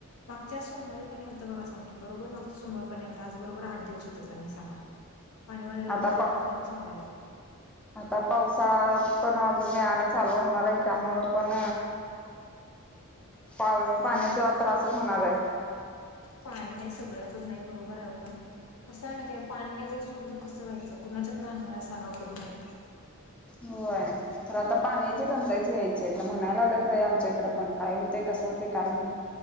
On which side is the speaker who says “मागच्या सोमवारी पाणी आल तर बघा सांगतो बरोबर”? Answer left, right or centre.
Left